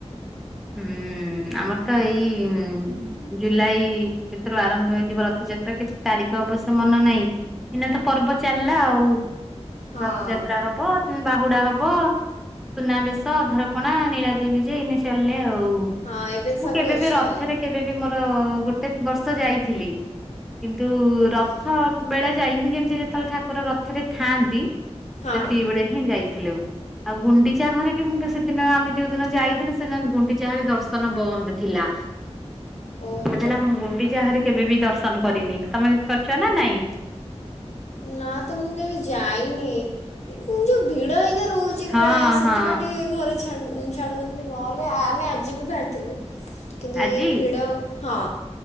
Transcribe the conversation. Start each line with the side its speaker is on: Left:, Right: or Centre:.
Centre: ହୁଁ। ହଁ ଆମର ତ ଏଇ ଜୁଲାଇଥିରୁ ଆରମ୍ଭ ହେଇଯିବ ରଥଯାତ୍ରା କେତେ ତାରିଖ? ଅବଶ୍ୟ ମନେ ନାହିଁ ଏଇନା ତ ପର୍ବ ଚାଲିଲା ଆଉ
Left: ହଁ
Centre: ରଥଯାତ୍ରା ହବ। ବାହୁଡା ହବ ସୁନାବେଶ ଅଧରପଣା ନୀଳାଦି ବିଜ ଏଇନେ ଚାଲିଲେ ଆଉ। ହଉ
Left: ହଁ ଏବେ ତ
Centre: ମୁଁ
Left: ସବୁ
Centre: କେବେବି
Left: ଅଛି
Centre: ରଥରେ
Left: ଆଉ।
Centre: କେବେ ବି ମୋର ଗୋଟେ କେତେ ବର୍ଷ ଯାଇଥିଲି କିନ୍ତୁ ରଥ
Left: ଓହୋ।
Centre: ବେଳେ ଯାଇନି ଯେମିତି ଯେତେବେଳେ ଠାକୁର ରଥରେ ଥାଆନ୍ତି
Left: ହଁ
Centre: ସେତିକି ବେଳେ ହିଁ ଯାଇଥିଲୁ। ଆଉ ଗୁଣ୍ଡିଚା ଘରେ ବି ମୁଁ ସେଦିନ ଆମେ ଯୋଉ ଦିନ ଯାଇଥିଲୁ। ଗୁଣ୍ଡିଚା ଦର୍ଶନ ବନ୍ଦ ଥିଲା
Left: ଓହୋ
Centre: କହୁଥିଲା ମୁଁ ଗୁଣ୍ଡିଚାରେ ଘର କୁ କେବେ ବି ଦର୍ଶନ କରିନି ତମେ କରିଛ ନା ନାଇଁ?
Left: ନା ତ ମୁଁ କେବେ ଯାଇନି ମୁଁ ଯୋଉ ଭିଡ଼ ଟିକେ ରହୁଛି
Centre: ହଁ
Left: ପ୍ରାୟ ସେଥିପାଇଁ
Centre: ହଁ
Left: ଟିକେ ଘରେ ଛାଡୁନାହାନ୍ତି ନହେଲେ ଆମେ ଆଜି ବି ବାହାରିଥିଲୁ। କିନ୍ତୁ
Centre: ଆଜି
Left: ଏଇଭିଡ ହଁ।